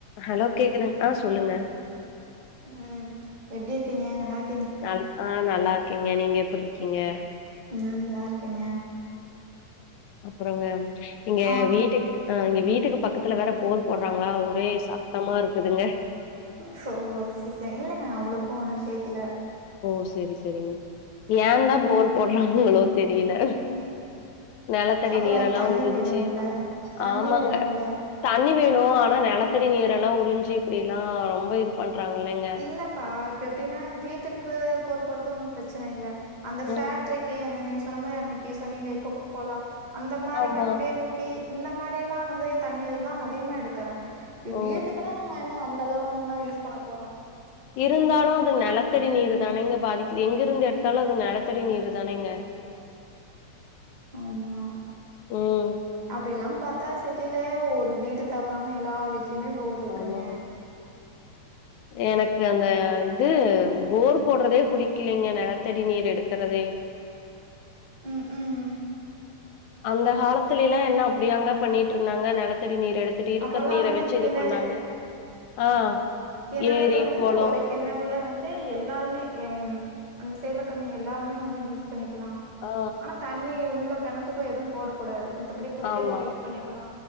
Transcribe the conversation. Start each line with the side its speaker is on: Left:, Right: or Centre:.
Left: Hello கேக்குதுங்ளா சொல்லுங்க
Right: ம் எப்டி இருக்கீங்க நல்லாருக்
Left: நல் ஆ நல்லா இருக்கேங்க நீங்க எப்டி இருக்கீங்க
Right: நல்லா இருக்கேங்க
Left: அப்பறோங்க இங்க
Right: ஆ
Left: வீட்டுக் அ இங்க வீட்டுக்கு பக்கத்துல வேற போர் போட்றாங்களா ஒரே சத்தமா இருக்குதுங்க
Right: சோ சி ச இல்லங்க அவ்ளொக்கு ஒன்னு கேக்ல
Left: ஓ செரி செரிங்க ஏன்ந்தா போர் போட்றாங்களோ தெரியல நெலத்தடி
Right: அப்புறோ
Left: நீரெல்லா
Right: தண்ணி
Left: உறிஞ்சி
Right: வேணுல்ல தண்ணி
Left: ஆமாங்க
Right: வேணுல்ல
Left: தண்ணி வேணு ஆனா நெலத்தடி நீரல்லா உறிஞ்சி இப்டிலா ரொம்ப இது பண்றாங்க இல்லங்க
Right: இல்லப்பா இப்ப எப்டின்னா வீட்டுக்கு போரு போடுறது ஒன்னும் பிரச்சன இல்ல அந்த ஃபேக்ட்ரிக்கு
Left: ம்
Right: அந்த நீங்க சொன்ன மாரி அன்னைக்கு சொன்னீங்களே கொக்க கோலா அந்த மாரி
Left: ஆமா
Right: கம்பேனி கே இந்த மாரி எல்லா வந்து தண்ணீர் தா அதிகமா எடுக்கறாங்க
Left: ஓ
Right: வீட்டுக்குன்னா நம்ம எல்லா வந் தெலவங்களா யூஸ் பண்ண போறோ
Left: இருந்தாலு அது நெலத்தடி நீரு தானேங்க பாதிக்குது எங்க இருந்து எட்த்தாலு அது நெலத்தடி நீரு தானேங்க அ
Right: ஆமா
Left: ம்
Right: அப்படிலம் பாத்தா சிட்டிலயே ஒரு வீடு தவறாம எல்லா வீட் திலயுமே போர் இருக்குங்க.
Left: ஆமா எனக்கு அந்த இது போர் போடுறதே புடிக்கலிங்க நெலத்தடி நீர் எடுக்குறதே
Right: ம் ம்
Left: அந்த காலத்துல்லா என்ன அப்டியாங்க பண்ணிட்ருந்தாங்க நெலத்தடி நீர் எடுத் துட்டு இருக்கிற
Right: அப்பல்லாம்
Left: நீர
Right: வந்து
Left: வச்சு
Right: கிணறு
Left: இது பண்ணாங்க ஆ
Right: கிணற
Left: ஏரி
Right: தோண்டி
Left: கொள
Right: ஒரு கிணறுல வந்து எல்லாருமே அ அந்த சைட்ல இருக்கறவங்க எல்லாருமே வந்து யூஸ் பண்ணிக்கலா
Left: ஆ
Right: ஆனா தண்ணி உள்ள கெணத்துக்குள்ள எதுவு போடக்கூடாது மித்தபடி குடிக்கிறதுக்கு
Left: ஆமா
Right: யூஸ் பண்ணிக்கலா